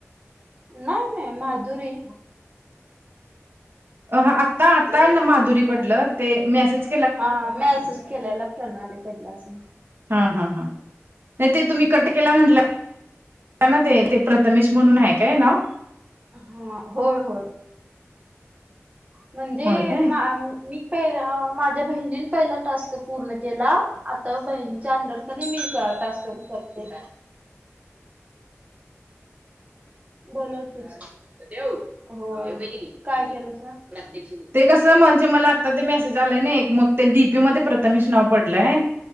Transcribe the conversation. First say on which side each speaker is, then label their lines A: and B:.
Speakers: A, on the right; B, on the right.
A: नाय नाय माधुरी
B: अ हा आत्ता आता न-माधुरी पडलं ते मॅसेज
A: आ हा मेसूज केलेला प्रणाली पडल्या असं
B: हां हाहा नाय ते तुम्ही कट केला म्हटलं.... त्यांना ते- ते प्रथमेश म्हणून हाय काय नाव
A: अं होय होय म्हणजे
B: होय काय?
A: म आम-मी ते जरा माझ्या बहिणीनं पहिला टास्क पूर्ण केला आता बहिणीच्या अंडर तरी मी का टास्क करते बोलव तूच.. ए देव. होय.. ए वही दे की.. काय केलंसा.. प्रात्यक्षिक
B: ते कसं म्हणजे मला आता ते मेसेज आलाय नि एक मग ते डीपी मध्ये पडतं तमिश नाव पडलंय...